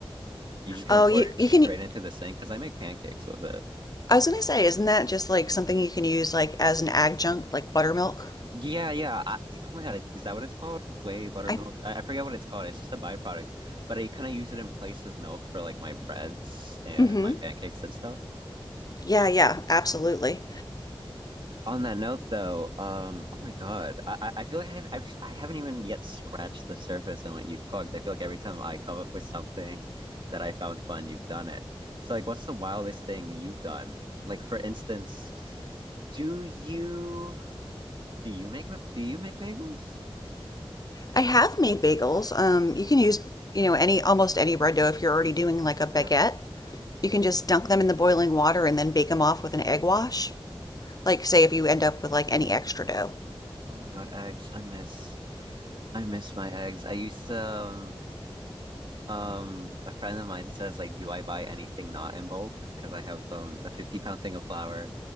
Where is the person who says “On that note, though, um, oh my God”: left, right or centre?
Right